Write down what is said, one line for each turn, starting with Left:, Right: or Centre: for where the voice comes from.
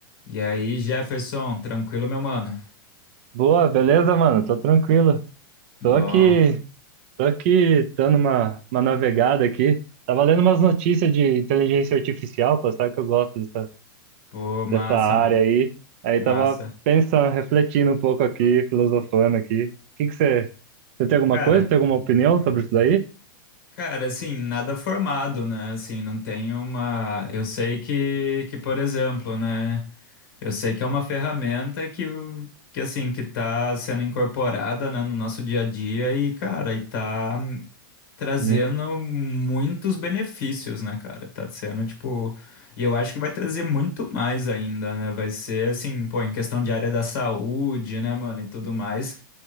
Left: E aí, Jefferson, tranquilo, meu mano?
Right: Boa, beleza, mano? Tô tranquilo.
Left: Bom,
Right: Tô aqui, tô aqui dando uma, uma navegada aqui. Tava lendo umas notícias de inteligência artificial, pô, sabe que eu gosto dessa,
Left: pô, massa,
Right: dessa área
Left: mano,
Right: aí. Aí
Left: massa.
Right: tava pensando, refletindo um pouco aqui, filosofando aqui. O que que você, você tem alguma
Left: Cara,
Right: coisa, tem alguma opinião sobre isso daí?
Left: cara, assim, nada formado, né? Assim, não tem uma. Eu sei que, que, por exemplo, né? Eu sei que é uma ferramenta que, que assim, que tá sendo incorporada, né, no nosso dia a dia e, cara, e tá. trazendo
Right: Hum,
Left: muitos benefícios, né, cara? Tá sendo, tipo, e eu acho que vai trazer muito mais ainda, né? Vai ser assim, pô, em questão de área da saúde, né, mano, e tudo mais,